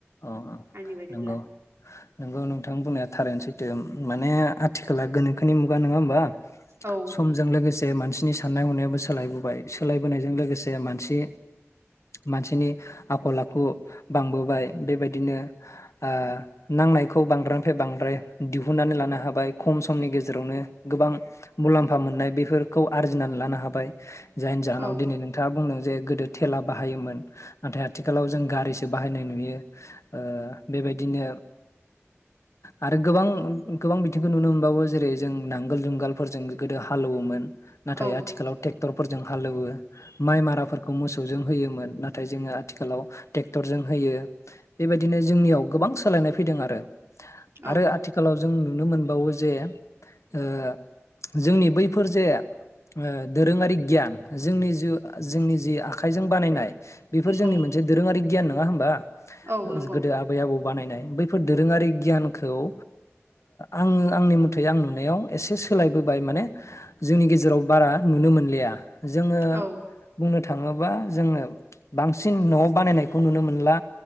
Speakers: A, on the left (about 80°); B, on the right (about 65°).
A: औ औ
B: आंनि बायदिब्ला
A: नंगौ नंगौ नोंथां बुंनाया थारैनो सैथो माने आथिखाला गोनोखोनि मुगा नङा होमबा
B: औ
A: समजों लोगोसे मानसिनि साननाय हनायाबो सोलायबोबाय सोलायबोनायजों लोगोसे मानसि मानसिनि आखल आखु बांबोबाय। बेबायदिनो ओ नांनायखौ बांद्रायानिफ्राय बांद्राय दिहुननानै लानो हाबाय खम समनि गेजेरावनो गोबां मुलाम्फा मोननाय बेफोरखौ आरजिनानै लानो हाबाय जायनि जाहोनाव
B: औ
A: दिन नोंथाङा बुंदों जे गोदो थेला बाहायोमोन नाथाय आथिखालाव जों गारिसो बाहायनाय नुयो। ओ बेबायदिनो आरो गोबां गोबां बिथिंखौ नुनो मोनबावो जेरै जों नांगोल जुंगालफोरजों गोदो हालेवोमोन। नाथाय
B: औ
A: आथिखालाव टेक टरफोरजों हालेवो माइ माराफोरखौ मोसौजों होयोमोन नाथाय जोङो आथिखालाव टेक्टरजों होयो। बेबायदिनो जोंनियाव गोबां सोलायनाय फैदों आरो
B: औ
A: आरो आथिखालाव जों नुनो मोनबावो जे ओ जोंनि बैफोर जे ओ दोरोङारि गियान जोंनि जि जोंनि जि आखाइजों बानायनाय बेफोर जोंनि
B: औ
A: मोनसे दोरोङारि गियान ना न होमबा
B: औ नंगौ
A: गोदो आबै आबौ बानायनाय बैफोर दोरोङारि गियानखौ ओ आङो आंनि मथै आं नुनायाव एसे सोलायबोबाय माने जोंनि गेजेराव बारा नुनो मोनलिया। जोङो
B: औ
A: बुंनो थ थाङोबा जोङो बांसिन न' बानायनायखौ नुनो मोनला,